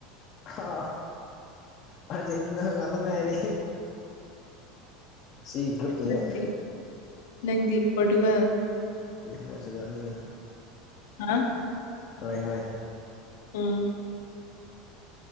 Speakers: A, on the left; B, on the left.
A: ꯑ ꯑꯥꯔꯖꯦꯟꯇꯤꯅꯥ ꯉꯠꯇ ꯉꯥꯏꯔꯦ ꯁꯤ ꯭ꯔꯨꯞꯇꯉꯦ
B: ꯅꯪꯗꯤ ꯅꯪꯗꯤ ꯄꯣꯔꯇꯨꯒꯜ
A: ꯄꯔꯁꯨꯒꯥꯅꯤꯅ
B: ꯍꯥ
A: ꯍꯣꯏ ꯍꯣꯏ
B: ꯎꯝ